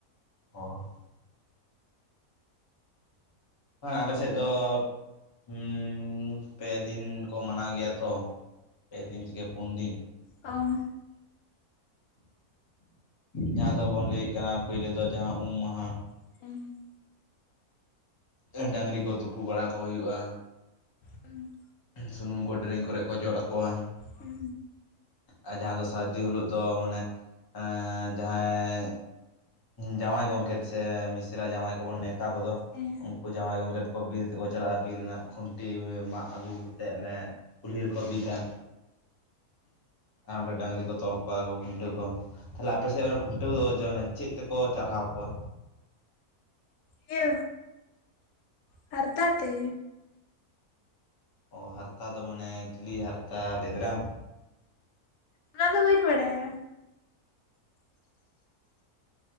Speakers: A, on the left; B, on the left.
A: ᱚᱸ ᱾ ᱦᱮᱸᱦ, ᱟᱞᱮ ᱥᱮᱫ ᱫᱚ ᱩ-ᱢ ᱯᱮ ᱫᱤᱱ ᱠᱚ ᱢᱟᱱᱟᱣ ᱜᱮᱭᱟ ᱛᱚ ᱾ ᱯᱮ ᱫᱤᱱ ᱛᱷᱮᱹᱠᱮᱹ ᱯᱳᱱ ᱫᱤᱱ ᱾
B: ᱚ <unintelligible>
A: ᱡᱟᱦᱟᱸ ᱫᱚᱵᱚᱱ ᱞᱟᱹᱭᱮᱜ ᱠᱟᱱᱟ ᱯᱳᱭᱞᱳ ᱫᱚ ᱡᱟᱦᱟᱸ ᱩᱢ ᱢᱟᱦᱟᱸ
B: ᱮᱸᱻ ᱾
A: ᱮᱦ ᱰᱟᱹᱝᱨᱤ ᱠᱚ ᱛᱩᱯᱩ ᱵᱟᱲᱟ ᱠᱚ ᱦᱩᱭᱩᱜᱼᱟ᱾
B: ᱦᱩᱸ᱾
A: ᱥᱩᱱᱩᱢ ᱠᱚ ᱰᱮᱨᱮᱝ ᱠᱚᱨᱮ ᱠᱚ ᱡᱚᱫ ᱟᱠᱚᱣᱟ᱾
B: ᱦᱩᱸ᱾
A: ᱟᱨ ᱡᱟᱦᱟᱸ ᱫᱚ ᱥᱟᱹᱨᱫᱤ ᱦᱤᱞᱳᱜ ᱫᱚ ᱢᱟᱱᱮ ᱮᱸ ᱡᱟᱦᱟᱸᱭ ᱡᱟᱶᱟᱭ ᱜᱚᱝᱠᱮᱛ ᱥᱮ ᱢᱤᱥᱨᱟ ᱡᱟᱶᱟᱭ ᱠᱚᱵᱚᱱ ᱱᱮᱛ ᱛᱟ ᱠᱚᱫᱚ
B: ᱦᱮᱸ
A: ᱩᱱᱠᱩ ᱡᱟᱶᱟᱭ ᱜᱚᱢᱠᱮᱛ ᱠᱚ ᱵᱤᱨ ᱛᱮᱠᱚ ᱪᱟᱞᱟᱜ-ᱟ, ᱵᱤᱨ ᱨᱮᱱᱟᱜ ᱠᱷᱩᱱᱴᱤ ᱢᱟᱜ ᱟᱹᱜᱩ ᱠᱟᱛᱮᱫ ᱚᱱᱮ ᱠᱩᱞᱦᱤ ᱨᱮᱠᱚ ᱵᱤᱫᱟ᱾ ᱟᱨ ᱚᱸᱰᱮ ᱵᱟᱝᱨᱤ ᱠᱚ ᱨᱚᱞ ᱠᱚᱣᱟ ᱟᱨ ᱠᱚ ᱠᱷᱩᱱᱴᱟᱹᱣ ᱠᱚᱣᱟᱢ᱾ ᱛᱟᱦᱚᱞᱮ ᱟᱯᱮ ᱥᱮᱫ ᱚᱱᱮ ᱠᱷᱩᱱᱴᱟᱹᱣ ᱠᱟᱫᱚ ᱠᱚ ᱡᱮ ᱚᱱᱮ ᱪᱮᱫ ᱛᱮᱠᱚ ᱪᱟᱨᱦᱟᱣ ᱠᱚᱣᱟ?
B: ᱤᱭᱟᱹ ᱦᱟᱨᱛᱟ ᱛᱮ᱾
A: ᱚ ᱦᱟᱨᱛᱟ ᱫᱚ ᱢᱟᱱᱮ ᱪᱤᱞᱤ ᱦᱟᱨᱛᱟ ᱞᱟᱹᱭ ᱫᱟᱲᱮ-ᱮᱢ?
B: ᱚᱱᱟ ᱫᱚ ᱵᱟᱹᱧ ᱵᱟᱲᱟᱭᱟ᱾ <inaudible>